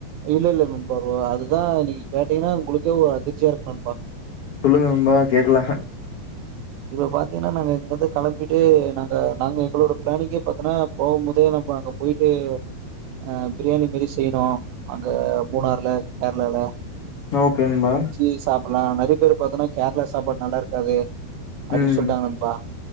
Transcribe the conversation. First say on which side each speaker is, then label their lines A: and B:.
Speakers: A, on the right; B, on the left.
A: இல்ல இல்ல நண்பா ஒரு அதுதா இன்னைக்கி கேட்டீங்கன்னா உங்களுக்கே ஒரு அதிர்ச்சியா இருக்கு நண்பா
B: சொல்லுங்க நண்பா கேக்கலா
A: இப்ப பாத்தீனா நாங்க இங்கிருந்து கெளம்பிட்டு நாங்க நாங்க எங்களோட பிளானிங்கே பாத்தனா போவும் போதே நம்ம அங்க போயி ட்டு அ பிரியாணி மாரியே செய்றோ அங்க மூணார்ல கேரளால
B: ஓகே நண்பா
A: இது சாப்பிலா நெறைய பேரு பாத்தன்னா கேரளா சாப்பாடு நல்லா இருக்காது அப்டி
B: ம்
A: சொல்லிட்டாங்க நண்பா